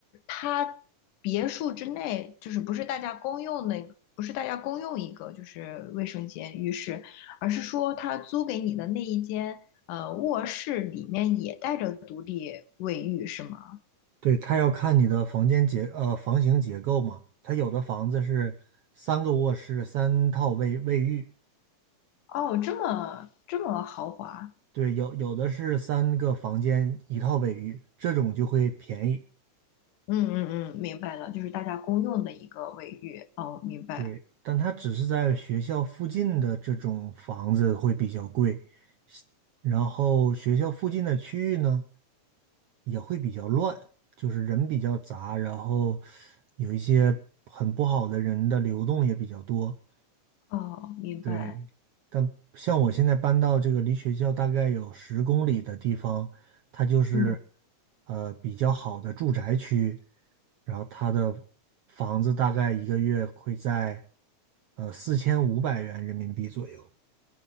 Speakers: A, on the left; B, on the right.
A: 他别墅之内，就是不是大家公用那个，不是大家公用一个就是卫生间、浴室，而是说他租给你的那一间，呃，卧室里面也带着独立卫浴，是吗？
B: 对，它要看你的房间结呃房型结构嘛，它有的房子是三个卧室三套卫卫浴，
A: 哦，这么这么豪华，
B: 对，有有的是三个房间一套卫浴，这种就会便宜。
A: 嗯嗯嗯，明白了，就是大家公用的一个卫浴。哦，明白。
B: 对，但它只是在学校附近的这种房子会比较贵，然后学校附近的区域呢也会比较乱，就是人比较杂，然后有一些很不好的人的流动也比较多。
A: 哦，明白。
B: 对，但像我现在搬到这个离学校大概有十公里的地方，它就是
A: 嗯，
B: 呃比较好的住宅区，然后它的房子大概一个月会在呃四千五百元人民币左右。